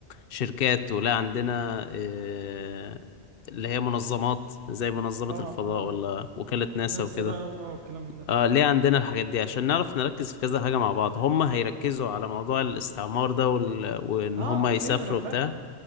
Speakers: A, on the left; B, on the right.
A: شركات ولا عندنا آه، اللي هي منظمات زي منظمة
B: اه
A: الفضاء
B: اه آه.
A: ولا وكالة ناسا
B: ناسا
A: وكده
B: بقى و- اه والكلام من ده
A: آه ليه عندنا الحاجات دي عشان نعرف نركز في كذا حاجة مع بعض هم هيركزوا على موضوع الاستعمار ده وال... وإن
B: اه
A: هم
B: اوكي
A: يسافروا
B: انا فاهم
A: بتاع